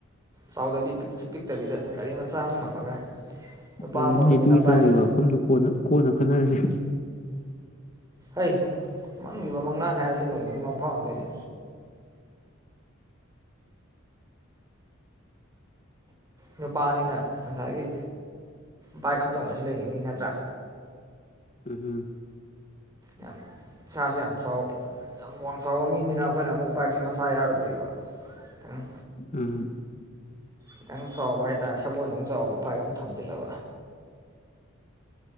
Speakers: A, on the right; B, on the left.
A: ꯆꯥꯎꯗꯕꯤ ꯄꯤꯛꯁꯨ ꯄꯤꯛꯇꯕꯤ ꯒꯥꯔꯤ ꯃꯆꯥ ꯑꯃ ꯊꯝꯃꯒ ꯅꯨꯄꯥ
B: ꯎꯝ
A: ꯑꯃ ꯑꯣꯏꯕꯅꯤꯅ
B: ꯏꯇꯨ ꯏꯆꯥꯒꯤ
A: ꯕꯥꯏꯛꯁꯨ
B: ꯋꯥꯐꯝꯗꯨ ꯀꯣꯟ ꯀꯣꯟꯅ ꯈꯟꯅꯔꯁꯤ <unintelligible>
A: ꯍꯩ ꯃꯪꯈꯤꯕ ꯃꯪꯂꯥꯟ ꯍꯥꯏꯕꯁꯤ ꯅꯣꯡꯃꯗꯤ ꯃꯪ ꯐꯥꯎꯅꯗꯣꯏꯅꯦ ꯅꯨꯄꯥꯅꯤꯅ ꯉꯁꯥꯏꯒꯤ ꯕꯥꯏꯛ ꯑꯃ ꯇꯣꯡꯉꯁꯨ ꯂꯩꯅꯤꯡꯅꯤ ꯅꯠꯇ꯭ꯔꯥ
B: ꯎꯝ ꯍꯨꯞ
A: ꯌꯥꯝ ꯏꯁꯥꯁꯨ‌ ꯌꯥꯝ ꯆꯥꯎ ꯌꯥꯝ ꯋꯥꯡ ꯆꯥꯎꯕ ꯃꯤꯅꯤꯅ ꯑꯩꯈꯣꯏꯅ ꯑꯃꯨꯛ ꯕꯥꯏꯛꯁꯦ ꯃꯆꯥ ꯌꯥꯔꯣꯏꯗꯣꯔꯤꯕ ꯈꯤꯇꯪ
B: ꯎꯝ
A: ꯈꯤꯇꯪ ꯆꯥꯎꯕ ꯍꯥꯏꯇꯥꯔꯦ ꯁꯒꯣꯜꯗꯧ ꯆꯥꯎꯕ ꯕꯥꯏꯛ ꯑꯃ ꯊꯝꯖꯤꯜꯂꯕ